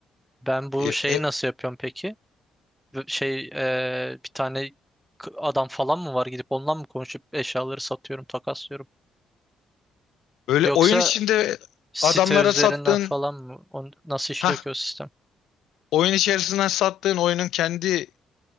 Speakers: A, in the centre; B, on the left.
A: Ben bu
B: E,
A: şeyi
B: e,
A: nasıl yapıyorum peki? V- Şey e, bir tane k- adam falan mı var gidip ondan mı konuşup eşyaları satıyorum, takaslıyorum?
B: Öyle
A: Yoksa
B: oyun içinde
A: site
B: adamlara
A: üzerinden
B: sattığın,
A: falan mı? On, nasıl işliyor
B: ha
A: ki o sistem?
B: oyun içerisinden sattığın oyunun kendi